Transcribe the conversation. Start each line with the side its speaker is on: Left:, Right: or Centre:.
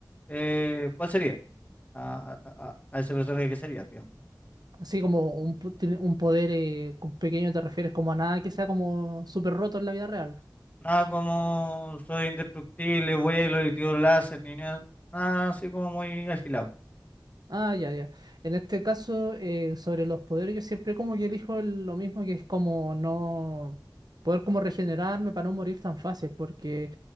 Left: eh, ¿cuál sería a, a- a- a ese personaje que sería, digamos?
Right: Así como un, po- tiene un poder eh, con pequeño te refieres como a nada que sea como súper roto en la vida real.
Left: Nada como soy indestructible, vuelo y tiro láser, ni nada, nada así como muy agilado.
Right: Ah, ya, ya. En este caso, eh, sobre los poderes, yo siempre como que elijo el- lo mismo, que es como no poder como regenerarme para no morir tan fácil, porque